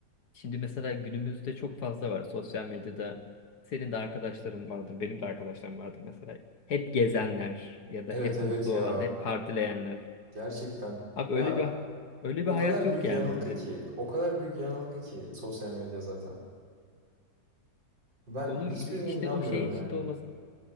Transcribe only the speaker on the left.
Şimdi mesela günümüzde çok fazla var sosyal medyada. Senin de arkadaşların vardır, benim de arkadaşlarım vardır mesela. Hep gezenler ya
da hep
mutlu
olan, hep partileyenler.
Abi
öyle bir öyle
bir hayat
yok
yani
hani.
Onu
işte
o şeyin içinde
olması